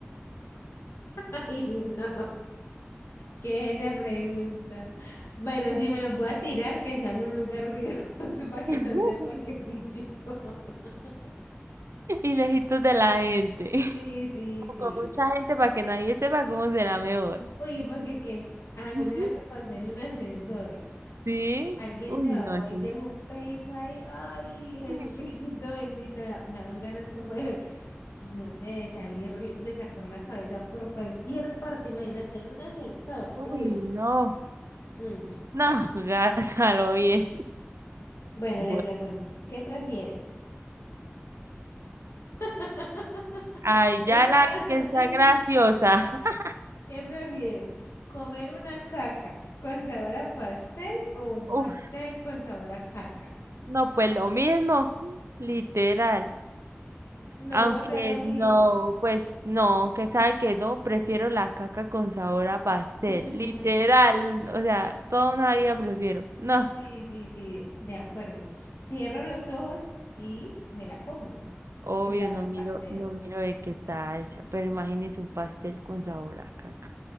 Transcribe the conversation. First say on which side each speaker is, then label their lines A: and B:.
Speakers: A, on the left; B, on the right.
A: <laughs> Ay, no. ¿Qué es esa pregunta? Bueno, si me los voy a tirar, que sea en un lugar ruidoso <laughs> para que
B: <laughs>
A: no sepan que fui yo. <laughs>
B: y lejitos de la gente? <laughs>
A: Sí, sí,
B: O
A: sí.
B: con mucha gente para que nadie sepa cómo será mejor.
A: Uy, porque que es- a
B: <laughs>
A: mí nada me pasó en un ascensor.
B: ¿Sí?
A: Alguien
B: Uy,
A: se bajó
B: no, eso...
A: y dejó un pedito ahí. Ay, Jesucristo
B: Ish.
A: <laughs> bendito. da- Daban ganas como de, no sé, de salir, de sacar la cabeza por cualquier parte. Imagínate en un ascensor.
B: Uy,
A: Uy, no.
B: no.
A: Uy, no.
B: No, <laughs> gásalo bien.
A: Bueno,
B: Bueno,
A: le pregunto, ¿qué prefieres? <laughs>
B: ay,
A: Está.
B: ya la vi que está graciosa.
A: <laughs>
B: <laughs>
A: ¿Qué prefieres? ¿Comer una caca con sabor a pastel o un
B: Uf,
A: pastel con sabor a caca?
B: no, pues lo mismo, literal.
A: No,
B: Aunque
A: no es lo mismo.
B: no, pues no, que sabe que no, prefiero la caca con sabor a pastel,
A: <laughs>
B: literal, o sea, toda una vida prefiero. No,
A: Sí, sí, sí, de acuerdo. Cierro los ojos y me la como.
B: obvio,
A: Y sabe
B: no
A: a
B: miro,
A: pastel.
B: no miro de qué está hecha, pero imagínese un pastel con sabor a caca.